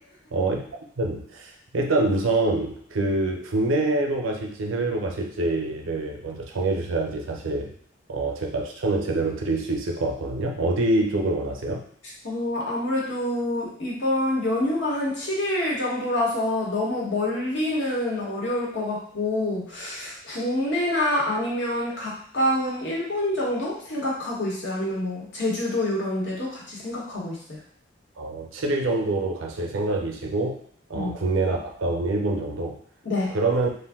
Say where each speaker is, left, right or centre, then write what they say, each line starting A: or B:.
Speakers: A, on the right (about 90°); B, on the left (about 65°).
A: 어, 일단, 일단 우선 그 국내로 가실지 해외로 가실지를 먼저 정해 주셔야지 사실 어, 제가 추천을 제대로 드릴 수 있을 것 같거든요. 어디 쪽을 원하세요?
B: 어, 아무래도 이번 연휴가 한 7일 정도라서 너무 멀리는 어려울 것 같고 국내나 아니면 가까운 일본 정도 생각하고 있어요. 아니면 뭐 제주도 이런 데도 같이 생각하고 있어요.
A: 어, 7일 정도로 가실 생각이시고, 어,
B: 음,
A: 국내나 가까운 일본 정도.
B: 네.
A: 그러면,